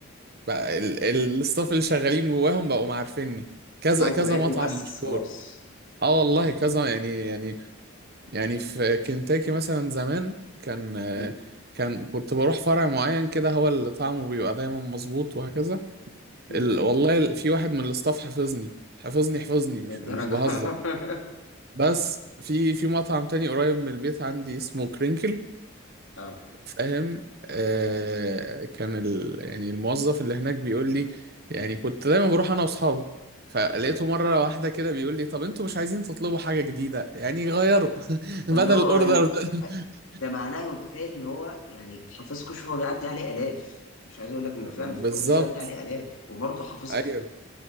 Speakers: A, on the right; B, on the left.
A: بقى الستاف اللي شغالين جواهم بقوا عارفيني كذا
B: اه انت
A: كذا
B: بقيت
A: مطعم
B: مؤسس
A: مشهور
B: خلاص
A: اه والله كذا يعني يعني يعني في كنتاكي مثلا زمان كان
B: مم.
A: كان كنت بروح فرع معين كده هو اللي طعمه بيبقى دايما مظبوط وهكذا
B: مم.
A: ال... والله ال- في واحد من الاستاف حفظني حفظني حفظني
B: للدرجه
A: مش مش بهزر
B: <laughs>
A: بس في في مطعم تاني قريب من البيت عندي اسمه كرينكل
B: اه
A: فاهم آه كان ال... يعني الموظف اللي هناك بيقول لي يعني كنت دايما بروح انا واصحابي فلقيته
B: اه
A: مره واحده كده بيقول لي طب انتوا مش عايزين تطلبوا حاجه جديده يعني غيروا <laughs> بدل
B: اللي هو اه
A: الاوردر
B: انت
A: ده <laughs>
B: ده معناه متخيل ان هو يعني حافظكوا شوف هو بيعدي عليه الاف مش عايز اقول لك ان فعلا
A: بالظبط
B: في الفتره دي بيعدي عليه الاف وبرضه حافظكوا
A: ايوه